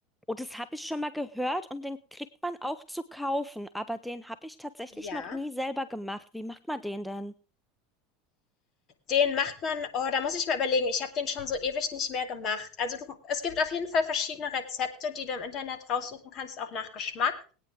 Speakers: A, in the centre; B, on the left.
A: Oh, das habe ich schon mal gehört und den kriegt man auch zu kaufen, aber den habe ich tatsächlich
B: Ja.
A: noch nie selber gemacht. Wie macht man den denn?
B: Den macht man oh, da muss ich mal überlegen. Ich habe den schon so ewig nicht mehr gemacht. Also du, es gibt auf jeden Fall verschiedene Rezepte, die du im Internet raussuchen kannst, auch nach Geschmack.